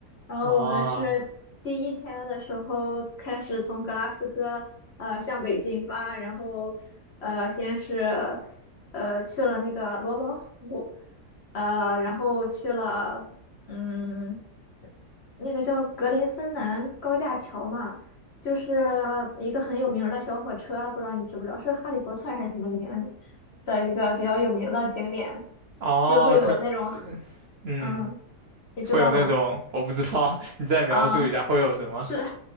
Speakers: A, on the left (about 45°); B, on the right (about 65°).
A: 然后我们是第一天的时候开始从格拉斯哥呃向北进发，
B: 啊，
A: 然后呃先是呃去了那个罗蒙湖，呃然后去了嗯那个叫格林芬兰高架桥嘛，就是一个很有名儿的小火车，不知道你知不知道，是《哈利波特》还是什么里面的一个比较有名的景点。
B: 啊，
A: 就会有那种
B: 可，这，嗯，
A: 嗯，你知道吗？
B: 会有那种我不知道，<laughs> 你再描述一下会有什么？
A: 啊，是